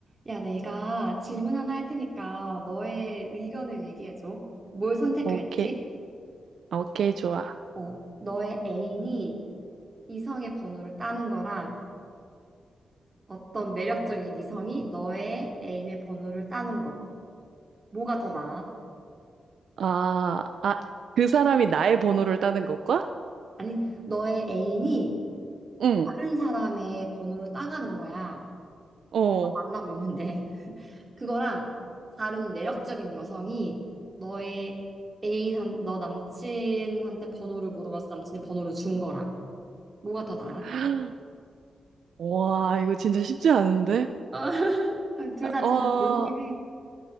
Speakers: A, on the right; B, on the right.
A: 야, 내가 질문 하나 할 테니까 너의 의견을 얘기해줘. 뭘 선택할지?
B: 오케이, 오케이, 좋아.
A: 어, 너의 애인이 이성의 번호를 따는 거랑 어떤 매력적인 이성이 너의 애인의 번호를 따는 거. 뭐가 더 나아?
B: 아, 아, 그 사람이 나의 번호를 따는 것과?
A: 아니, 너의 애인이
B: 응,
A: 다른 사람의 번호를 따가는 거야.
B: 어.
A: 만나고 있는데. 그거랑 다른 매력적인 여성이 너의 애인한, 너 남친한테 번호를 물어봤어. 남친의 번호를 준 거랑. 뭐가 더 나아?
B: <gasps> 와, 이거 진짜 쉽지 않은데?
A: 어, 둘 다
B: 어,
A: 진짜 별로긴 해.